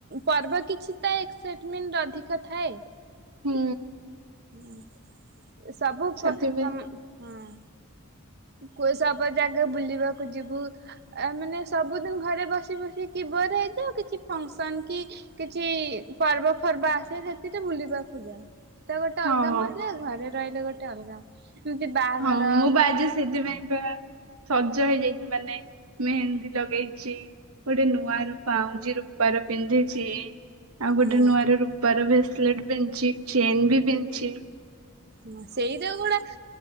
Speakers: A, on the right; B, on the right.
A: ପର୍ବ କିଛି ତ ଏକ୍ସାଇଟମେଣ୍ଟ ଅଧିକ ଥାଏ?
B: ହୁଁ।
A: ହୁଁ ସବୁ
B: ସେଥିପାଇଁ
A: ପ ସମ୍ ହୁଁ। କୁ ସାବ୍ ଜାଗା ବୁଲିବାକୁ ଯିବୁ ଆ ମାନେ ସବୁଦିନ ଘରେ ବସି ବସି କି ବର ହେଇଯାଅ କିଛି ଫଙ୍କସନ କି କିଛି ପର୍ବ ପର୍ବ ଆସେ ସେଥି ତ ବୁଲିବାକୁ ଯାଅ। ତ ଗୋଟେ
B: ହଁ।
A: ଅଲଗା ମଜା ଘରେ ରହିଲେ ଗୋଟେ ଅଲଗା ଇମତି ବାହାଘର
B: ହଁ ମୁଁ ବା ଆଜି ସେଥିପାଇଁ ବା ସଜ ହେଇଯାଇଛି ମାନେ ମେହେନ୍ଦୀ ଲଗେଇଛି ଗୋଟେ ନୂଆ ରୁ ପାଉଁଜି ରୂପାର ପିନ୍ଧିଛି ଆଉ ଗୋଟେ
A: ହଁ
B: ନୂଆ ର ରୁ ପାର ବ୍ରେସଲେଟ ପିନ୍ଧିଚି ଚେନ୍ ବି ପିନ୍ଧିଚି।
A: ମା ସେଇଟା ଗୋଡା